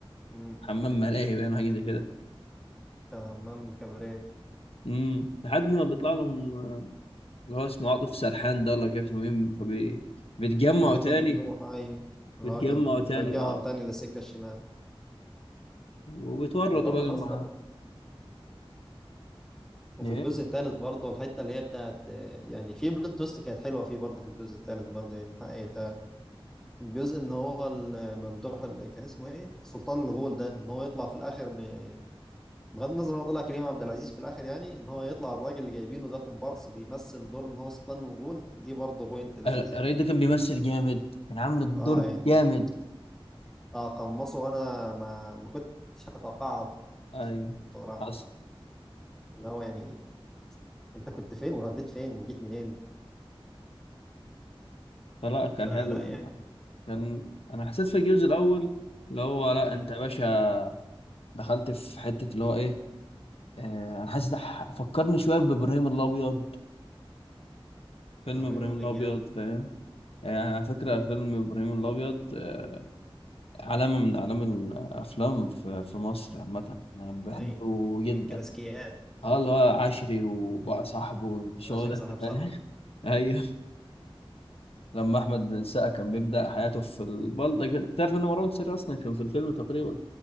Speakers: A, in the centre; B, on the left (about 80°).
A: امم
B: حمام ملاهي يعني حاجة زي كده
A: كان همام كباريه
B: امم لحد ما بيطلع لهم آه، اللي هو اسمه عاطف سرحان ده ولا مش عارف اسمه مين فبيتجمعوا
A: محمد
B: تاني
A: ممدوح ايوه اللي
B: بيتجمعوا
A: هو كان
B: تاني
A: رجعهم
B: اه
A: تاني للسكه الشمال
B: وبيتورطوا
A: وبرضه
B: بقى
A: فصل
B: معاه
A: وفي
B: ايه
A: الجزء الثالث برضه الحته اللي هي بتاعت آه، يعني في بلوت تويست كانت حلوه فيه برضه في الجزء الثالث برضه يعني حقيقة الجزء ان هو الممدوح ال- كان اسمه ايه سلطان الغول ده ان هو يطلع في الاخر م- بغض النظر هو طلع كريم عبد العزيز في الاخر يعني ان هو يطلع الراجل اللي جايبينه ده كومبارس بيمثل دور ان هو سلطان الغول دي برضه بوينت لذيذه
B: الرئيس
A: يعني
B: ده كان بيمثل جامد كان عامل الدور
A: اه يعني
B: جامد
A: تقمصه وانا ما ما كنتش اتوقعها
B: ايوه
A: بصراحه
B: حصل.
A: اللي هو يعني انت كنت فين ورديت فين وجيت منين
B: فلا كان
A: فلا
B: حلو
A: يعني
B: أنا- كان انا حسيت في الجزء الاول اللي هو لا
A: امم
B: انت يا باشا دخلت في حته اللي هو ايه آه، انا حاسس ده ح- فكرني شويه بابراهيم الابيض فيلم
A: ابراهيم
B: ابراهيم
A: الله
B: الابيض
A: بن جامع
B: فاهم يعني على فكره فيلم ابراهيم الابيض آه، علامه من اعلام الافلام في في مصر عامه انا بحبه
A: ايوه
B: جدا
A: من الكلاسيكيات
B: اه اللي هو عشري وبقى صاحبه والشغل
A: عشرة
B: ده
A: صاحب
B: انت فاهم
A: صاحبه
B: <laughs> ايوه لما احمد السقا كان بيبدا حياته في البلطجه تعرف ان مروان سري اصلا كان في الفيلم تقريبا